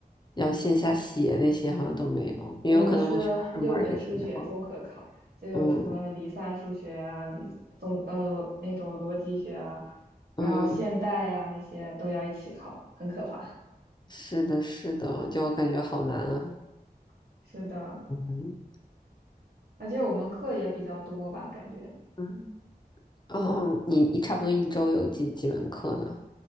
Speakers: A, on the left; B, on the right.
A: 要线下写那些，好像都没有，也有可能我学的是
B: 我们是 <laughs> 六门数学综合考，
A: m a r k 就好了
B: 就有什么离散数学啊、
A: 嗯
B: 离综呃那种逻辑学啊，然后现代呀、
A: 嗯嗯，
B: 那些都要一起考，很可怕。
A: 是的，是的，就感觉好难啊。
B: <laughs> 是的，
A: 嗯
B: 而且我们课也比较多吧，感觉
A: 嗯，哦，你一差不多一周有几几门课呢？